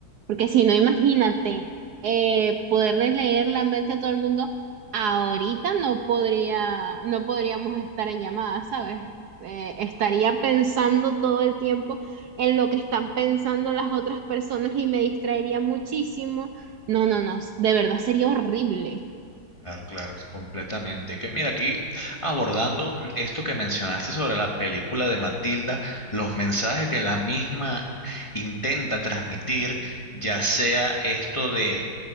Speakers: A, on the right; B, on the left.
A: Porque si no, imagínate, eh, poderle leer la mente a todo el mundo, ahorita no podría, no podríamos estar en llamada, ¿sabes? Eh, estaría pensando todo el tiempo en lo que están pensando las otras personas y me distraería muchísimo. No, no, no, de verdad sería horrible.
B: Claro, claro, completamente. Que mira, aquí abordando esto que mencionaste sobre la película de Matilda, los mensajes que la misma intenta transmitir, ya sea esto de